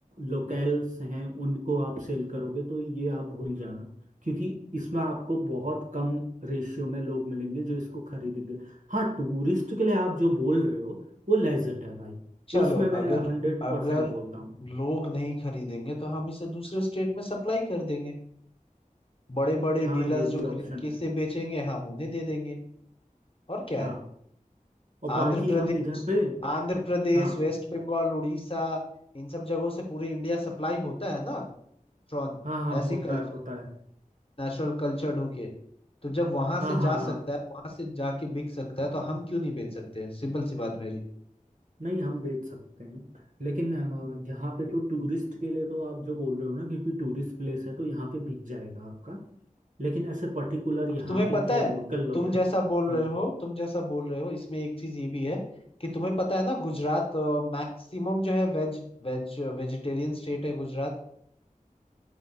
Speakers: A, on the right (about 65°); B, on the left (about 40°).
A: लोकल्स हैं उनको आप सेल करोगे तो ये आप भूल जाना क्योंकि इसमें आपको बहुत कम रेशियो में लोग मिलेंगे जो इसको खरीदेंगे हाँ टूरिस्ट के लिए आप जो बोल रहे हो वो लेजिट है भाई
B: चलो
A: उसमें मैं
B: अगर
A: हंड्रेड
B: अगर
A: परसेंट बोलता हूँ
B: लोग नहीं खरीदेंगे तो हम इसे दूसरे स्टेट में सप्लाई कर देंगे बड़े बड़े
A: हाँ
B: डीलर्स
A: ये
B: जो
A: भी
B: खरीद
A: ऑप्शन
B: के
A: है
B: इसे बेचेंगे हम उन्हें दे देंगे और क्या
A: हाँ
B: है
A: और
B: आंध्र
A: बाकी
B: प्रदेश
A: हम इधर पे
B: आंध्र प्रदेश
A: हाँ
B: वेस्ट बंगाल उड़ीसा इन सब जगहों से पूरे इंडिया सप्लाई होता है ना प्रॉन
A: हाँ हाँ
B: ऐसी
A: होता
B: कल्चर
A: है होता है
B: नेचुरल कल्चर्ड होके तो जब वहां
A: हाँ
B: से
A: हाँ
B: जा
A: हाँ
B: सकता है वहां से जाके बिक सकता है तो हम क्यों नहीं बेच सकते सिंपल सी बात मेरी
A: नहीं हम बेच सकते हैं लेकिन अ, यहाँ पे तो टूरिस्ट के लिए तो आप जो बोल रहे हो ना क्योंकि टूरिस्ट प्लेस है तो यहाँ पे बिक जाएगा आपका लेकिन ऐसे पर्टिकुलर यहाँ
B: और तुम्हें
A: के
B: पता
A: जो लोकल
B: है
A: लोग
B: तुम
A: हैं
B: जैसा बोल
A: हाँ
B: रहे हो तुम जैसा बोल रहे हो इसमें एक चीज ये भी है कि तुम्हें पता है ना गुजरात मैक्सिमम जो है वेज वेज वेजिटेरियन स्टेट है गुजरात